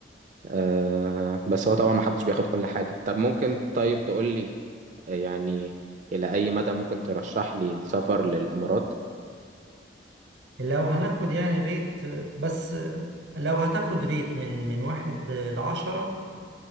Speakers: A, on the right; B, on the right.
A: آه، بس هو طبعا محدش بياخد كل حاجة طب ممكن طيب تقول لي آه، يعني الى اي مدى ممكن ترشح لي السفر للامارات
B: لو هناخد يعني ريت بس لو هتاخد ريت من من واحد لعشرة